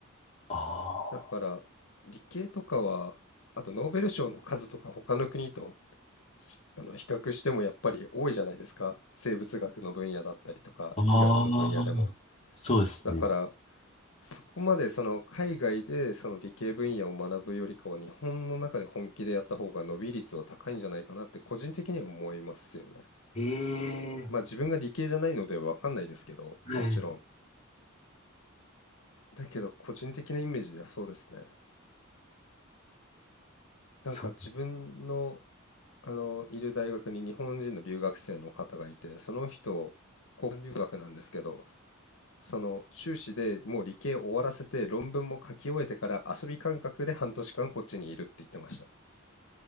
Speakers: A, on the left; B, on the left.
A: あ
B: だから理系とかは、あとノーベル賞の数とか他の国とひあの比較してもやっぱり多いじゃないですか。生物学の分野だったりとか、
A: あ、ああ、
B: 医学の分野でも。
A: そうですね。
B: だから、そこまでその海外でその理系分野を学ぶよりかは、日本の中で本気でやった方が伸び率は高いんじゃないかなって個人的には思いますよね。
A: ええ、
B: まあ自分が理系じゃないのでわかんないですけど、
A: はい。
B: もちろん。だけど個人的なイメージではそうですね。
A: そ、
B: なんか自分の、あの、いる大学に日本人の留学生の方がいて、その人、交換留学なんですけど、その修士でもう理系終わらせて論文も書き終えてから遊び感覚で半年間こっちにいるって言ってました。